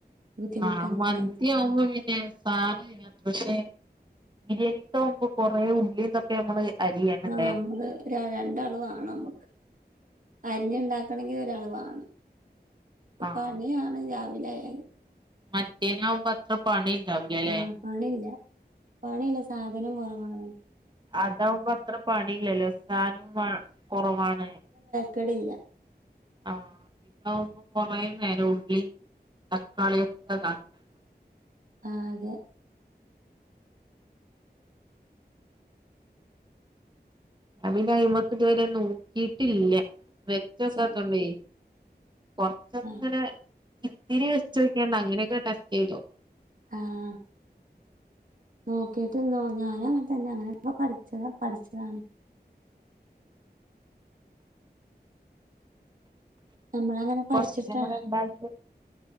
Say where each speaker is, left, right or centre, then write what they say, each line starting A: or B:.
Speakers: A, on the right; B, on the right.
A: ബുദ്ധിമുട്ടാന്ന്
B: ആ മന്തിയാംപോ
A: വിചാരിച്ച്
B: വീട്ടില് <unintelligible> പക്ഷെ <unintelligible> കൊറേ ഉള്ളിന്നൊക്കെ നമ്മള് അരിയണല്ലേ
A: ആ നമ്മള് ര രണ്ടാളാണ് നമ്മുക്ക് അരിഞ്ഞുണ്ടാ ക്കണങ്കിൽ ഒരാള് വേണം
B: ആഹ്
A: പണിയാണ് രാവിലെ ആയാല്
B: മറ്റേനാവുമ്പോ അത്ര പണി ഉണ്ടാവില്ലല്ലേ
A: ആഹ് പണിയില്ല പണിയില്ല സാധനം കൊറവാണ്
B: അതാവുമ്പോ അത്ര പണിയില്ലല്ലോ സാനം വാ കൊറവാണ്
A: കടിഞ്ഞ
B: ആഹ് ഇതാവുമ്പോ കൊറേ നേരം ഉള്ളി തക്കാളിയൊക്കെതാക്കണ്ടെ
A: ആതെ
B: ഞാൻ പിന്നെ അയിമക്ക് ഇതുവരെ നോക്കിട്ടില്ല വെച്ചൊക്കാത്തോണ്ടേ
A: ശരി
B: കൊറച്ചൊന്ന്
A: ആഹ്
B: ഇങ്ങനെ ഇത്തിരി വെച്ചോക്കിയാണ്ട് അങ്ങനെയൊക്കെ ക ഏതോ
A: ആഹ് നോക്കിട്ട്ന്നോ ഞാനും അങ്ങനത്തന്നെ അങ്ങനെ പഠിച്ചത പഠിച്ചതാണ് നമ്മളങ്ങനെ പഠിച്ചിട്ടാ
B: കൊറച്ചീസം കൂടെ ഉണ്ടാക്കി